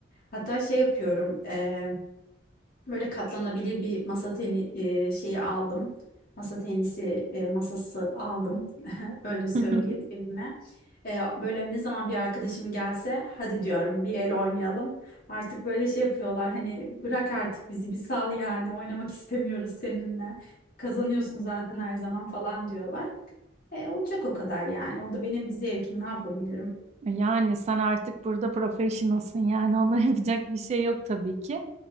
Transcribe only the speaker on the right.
<laughs>
Yani sen artık burada professionalsın yani ona <laughs> yapacak bir şey yok tabii ki.